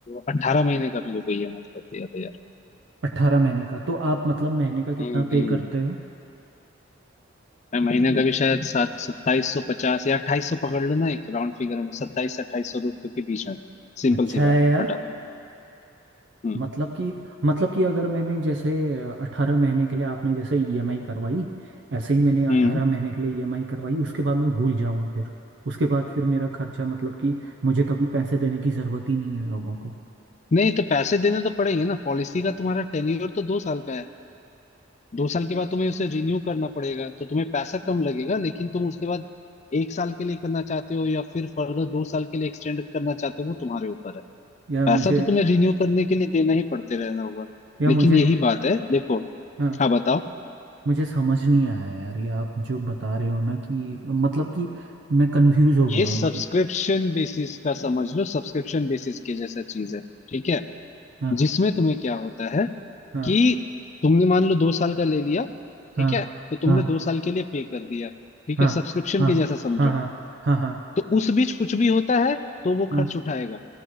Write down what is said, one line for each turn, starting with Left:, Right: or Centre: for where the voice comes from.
Left: अट्ठारह महीने का मेरे को ईएमआई कर दिया था यार
Right: अट्ठारह महीने का तो आप मतलब महीने का कितना
Left: हम्म
Right: पे करते हो
Left: मैं महीने का भी शायद सात सत्ताईस सौ पचास या अट्ठाईस सौ पकड़ लो ना एक राउंड फिगर में सत्ताईस से अट्ठाईस सौ रुपये के बीच में सिंपल
Right: अच्छा
Left: सी
Right: है
Left: बात
Right: यार
Left: हटा हम्म
Right: मतलब कि मतलब कि अगर मैंने जैसे अट्ठारह महीने के लिए आपने जैसे ईएमआई करवाई ऐसे ही मैंने अट्ठारह
Left: हम्म
Right: महीने के लिए ईएमआई करवाई उसके बाद मैं भूल जाऊँ फिर उसके बाद फिर मेरा खर्चा मतलब कि मुझे कभी पैसे देने की ज़रूरत ही नहीं है लोगों को
Left: नहीं तो पैसे देने तो पड़ेंगे ना पॉलिसी का तुम्हारा टेन्योर तो दो साल का है दो साल के बाद तुम्हें उसे रिन्यू करना पड़ेगा तो तुम्हें पैसा कम लगेगा लेकिन तुम उसके बाद एक साल के लिए करना चाहते हो या फिर फर्दर दो साल के लिए एक्सटेंड करना चाहते हो वो तुम्हारे ऊपर है
Right: यार
Left: पैसा
Right: मुझे
Left: तो तुम्हें रिन्यू करने के लिए देना ही पड़ते रहना होगा
Right: या
Left: लेकिन
Right: मुझे
Left: यही बात है देखो
Right: हाँ
Left: हाँ बताओ
Right: मुझे समझ नहीं आया यार ये आप जो बता रहे हो ना कि मतलब कि मैं कंफ्यूज हो
Left: ये
Right: गया हूँ
Left: सब्सक्रिप्शन
Right: कि
Left: बेसिस का समझ लो सब्सक्रिप्शन बेसिस के जैसा चीज है ठीक है
Right: हाँ
Left: जिसमें तुम्हें क्या होता है
Right: हाँ
Left: कि तुमने मान लो दो साल का ले लिया ठीक
Right: हाँ
Left: है तो तुमने
Right: हाँ
Left: दो साल के लिए पे कर दिया ठीक
Right: हाँ
Left: है सब्सक्रिप्शन
Right: हाँ
Left: के जैसा समझो
Right: हाँ हाँ हाँ हाँ
Left: तो उस बीच कुछ भी होता है तो वो
Right: हाँ,
Left: खर्च उठाएगा